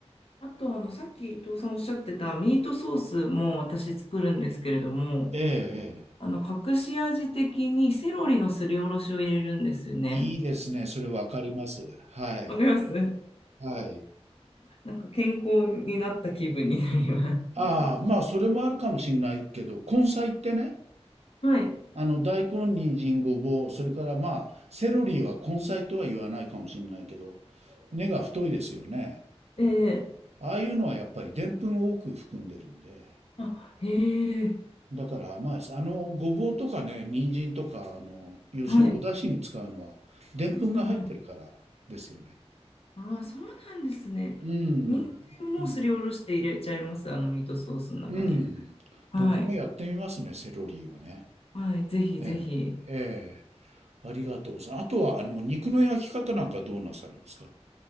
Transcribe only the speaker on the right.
ええ、え
え。いいですね。それわかります。はい。
はい。
ああ、まあ、それもあるかもしれないけど、根菜ってね、
あの、大根、人参、ごぼう、それからまあ、セロリは根菜とは言わないかもしれないけど、根が太いですよね。
ああいうのはやっぱりでんぷんを多く含んでるんで、
だから甘いです。あの、ごぼうとかね、人参とか、あの、要するにお出汁に使うのは、
でんぷんが入ってるからですよね。
うん、
うん、
うん。
僕もやってみますね、セロリはね。
ええ、ええ、ありがとうさん。あとは、あの、肉の焼き方なんかどうなさるんですか